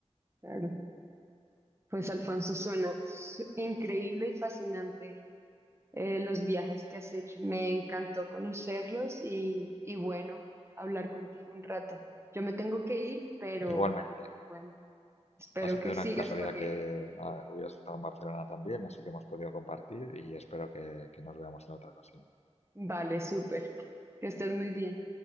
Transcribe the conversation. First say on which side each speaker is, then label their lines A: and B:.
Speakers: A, on the right; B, on the left.
A: Claro. Pues Alfonso, suena su- increíble y fascinante eh, los viajes que has hecho. Me encantó conocerlos y, y bueno, hablar contigo un rato. Yo me tengo que ir, pero
B: Igualmente,
A: bueno, espero
B: ha sido
A: que
B: una
A: sigas
B: casualidad
A: corriendo.
B: que ah, hubieras estado en Barcelona también, así que hemos podido compartir y espero que, que nos veamos en otra ocasión.
A: Vale, súper. Que estés muy bien.